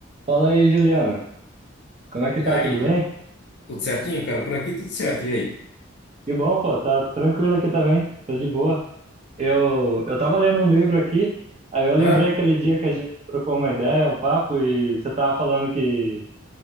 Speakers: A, on the right; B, on the left.
A: Fala aí, Juliana. Como é que
B: E
A: tá?
B: aí,
A: Tudo bem?
B: Diego, tudo certinho, cara? Por aqui tudo certo. E aí?
A: Que bom, pô. Tá tranquilo aqui também. Tô de boa. Eu, eu tava lendo um livro aqui, aí eu lembrei
B: Ah,
A: aquele dia que a gente trocou uma ideia, um papo, e você tava falando que